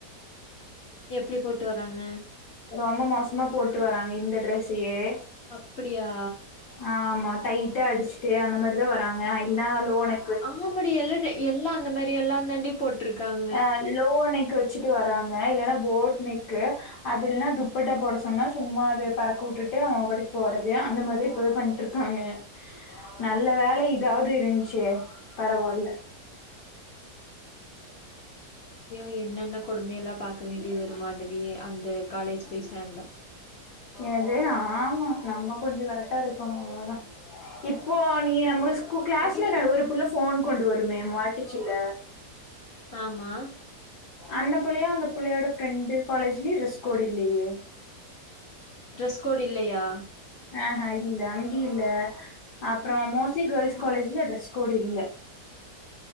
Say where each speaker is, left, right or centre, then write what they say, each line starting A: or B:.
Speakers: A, on the left; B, on the left.
A: எப்டி போட்டு வராங்க
B: ரொம்ப மோசமா போட்டு வராங்க இந்த டிரெஸ்ஸையே
A: அப்டியா
B: ஆ ஆமா டைட்டா அடிச்ட்டு அந்த மாரிதா வராங்க அ இல்ன்னா லோ நெ
A: ஆமாடி எல்லா ட எல்லா அந்த மாரி எல்லா தாண்டி போட்ருக்காங்
B: ஆ லோ நெக்கு வெச்சுட்டு வராங்க இல்லன்னா போட் நெக்கு அது இல்னா துப்பட்டா போட சொன்னா சும்மாவே பறக்க வுட்டுட்டு அவங்க பட்டுக்கு போறது அந்த மாதிரி இப்போவே பண்ணிட்டு இருப் காங்க நல்ல வேல இதாவது இருந்ச்சே பரவாயில்ல
A: ஐயோ என்னென்ன கொடுமையெல்லா பாக்க வேண்டி வருமா அந்த வி அந்த காலேஜ் போய் சேந்தா
B: எது ஆமா நம்ம கொஞ்ச கரெக்டா இருக்கணு அவ்ளோதா இப்போ நீ நம்ம ஸ்கு கிளாஸ்ல
A: அது
B: ந ஒரு புள்ள ஃபோன் கொண்டு வருமே மாட்டுச்சுல்ல
A: ஆமா
B: அந்த பிள்ளையா அந்த பிள்ளையோட ஃப்ரெண்டு் காலேஜ்லயு ட்ரெஸ் கோட் இல்லையே
A: டிரெஸ் கோட் இல்லையா
B: ஆஹா இல்ல அங்கயு இல்ல அப்புறோ மோஸ்ட்லி கேல்ஸ் காலேஜ்ல ட்ரெஸ் கோட் இல்ல